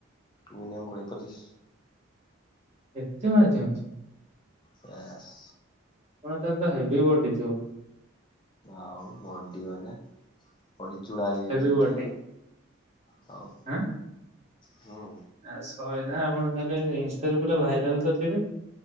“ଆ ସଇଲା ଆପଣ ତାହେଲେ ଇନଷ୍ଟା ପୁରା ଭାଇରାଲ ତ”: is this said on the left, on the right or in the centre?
Right